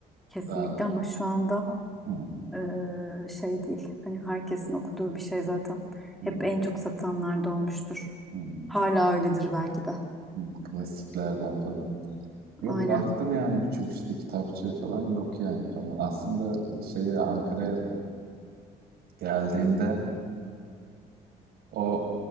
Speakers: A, in the centre; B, on the right (about 70°).
A: Kesinlikle
B: Daha
A: ama şu anda
B: hı,
A: eee, şey değil. Hani herkesin okuduğu bir şey zaten.
B: hı,
A: Hep en çok satanlarda olmuştur.
B: hı,
A: Hala öyledir belki de.
B: hı, klasiklerden falan. Yok
A: Aynen.
B: baktım yani birçok işte kitapçıya falan yok yani falan. Aslında şeye Ankara'ya geldiğimde o